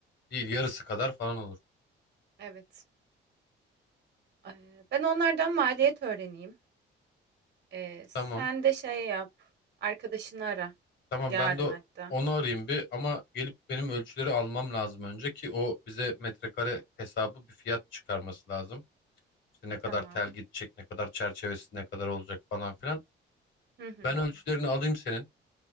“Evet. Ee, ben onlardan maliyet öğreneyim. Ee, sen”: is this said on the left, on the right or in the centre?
Right